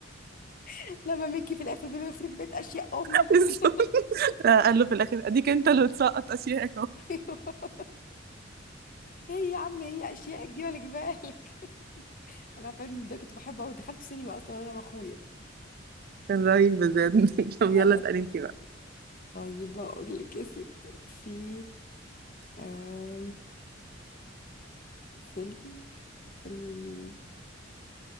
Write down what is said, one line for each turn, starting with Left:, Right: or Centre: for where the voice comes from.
Left: <laughs> لما مكي في الاخر بيقول له يخرب بيت اشياء امك
Right: <laughs>
Left: <laughs>
Right: آه، قال له في الاخر اديك انت اللي بتسقط اشيائك اهو
Left: ايوه ايه يا عم هي اشيائك دي ولا جبالك <laughs> انا فيلم ده كنت بحبه قوي دخلت سينما اصلا انا واخويا
Right: كان رهيب بجد <laughs> طب
Left: لا
Right: يلا
Left: لا
Right: اسألي انت بقى
Left: طيب اقول لك يا ستي في آم، فيلم فيلم لمين